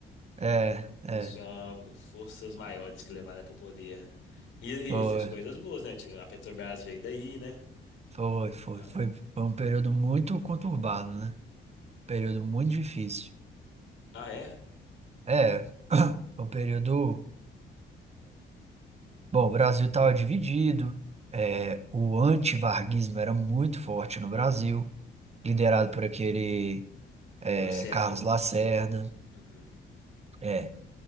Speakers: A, on the right (about 35°); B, on the left (about 75°).
A: é, é.
B: Fossem algo- forças maiores que levaram ele para o poder. E ele
A: Foi,
B: fez coisas boas, né? Tipo, A Petrobras veio daí, né?
A: foi, foi.
B: Ah,
A: Foi, foi um período muito conturbado, né? um Período muito difícil.
B: ah, é?
A: É, foi um período. Bom, o Brasil estava dividido, é, o antivarguismo era muito forte no Brasil, liderado por aquele é,
B: Lacerda.
A: Carlos Lacerda.
B: Uhum.
A: É,